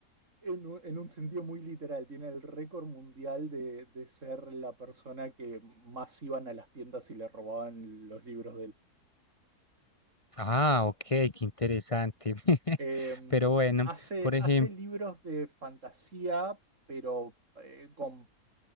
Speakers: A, on the right (about 50°); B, on the left (about 20°).
A: en, un en un sentido muy literal, tiene el récord mundial de, de ser la persona que más iban a las tiendas y le robaban los libros
B: Ah, ok, qué interesante. <laughs>
A: Eh,
B: Pero bueno,
A: hace,
B: por ejemplo,
A: hace libros de fantasía, pero eh, con